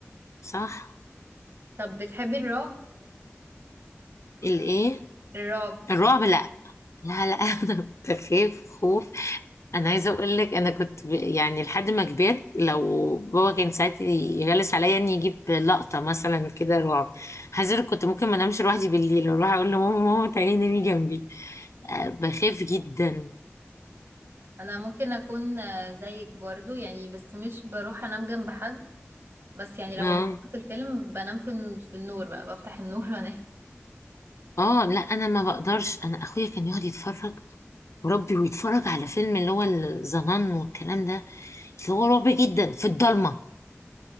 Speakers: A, on the left; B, on the right.
A: صح
B: طب بتحبي الرعب
A: الايه
B: الرعب
A: الرعب لا لا لا <laughs> انا كنت بخاف خوف انا عايزه اقول لك انا كنت ب... يعني لحد ما كبرت لو بابا كان ساعات يغلس عليا اني يجيب لقطه مثلا كده رعب عايزه اقول لك كنت ممكن ما انامش لوحدي بالليل اروح اقول لماما ماما تعالي نامي جنبي أه بخاف جدا
B: انا ممكن اكون آه، زيك برضو يعني بس مش بروح انام جنب حد بس يعني لما
A: اه
B: بخلص الفيلم بنام في الن- في النور بقى بفتح النور <laughs> وانام
A: اه لا انا ما بقدرش انا اخويا كان يقعد يتفرج وربي ويتفرج على فيلم اللي هو الظنن والكلام ده اللي هو رعب جدا في الضلمه